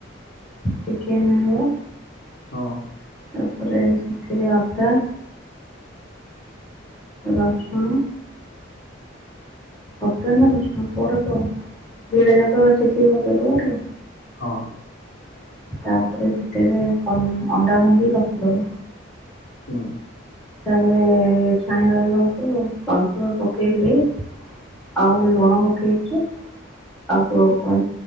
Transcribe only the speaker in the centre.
ଚିକେନ୍ ନିଅ
ତାପରେ ସେଥିରେ ଅଦା ରସୁଣ। ଦିଟା ଯାକ ଛେଚିକି ପକେଇ ଦବା କି?
ତାପରେ ସେଥିରେ କଁ ଅଣ୍ଡା ଭାଙ୍ଗିକି ରଖିଦବ।
ତାପରେ ଛାଣିବା ବେଳକୁ କନ୍ଫ୍ଲୋର ପକେଇକିରି ଆଉ ଲୁଣ ପକେଇକି ଓ ହୋ କ